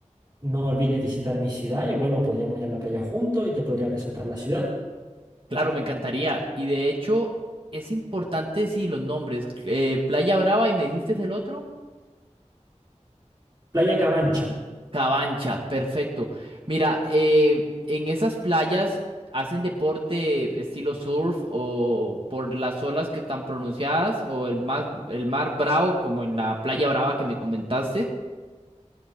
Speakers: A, on the right (about 25°); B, on the right (about 45°).
A: no olvides visitar mi ciudad y bueno, podríamos ir a la playa juntos y te podría presentar la ciudad.
B: Claro, me encantaría. Y de hecho, es importante, sí, los nombres. Eh, Playa Brava y me dijiste el otro.
A: Playa Cabancha.
B: Cabancha, perfecto. Mira, eh, en esas playas hacen deporte estilo surf o por las olas que están pronunciadas o el mar, el mar bravo como en la playa brava que me comentaste.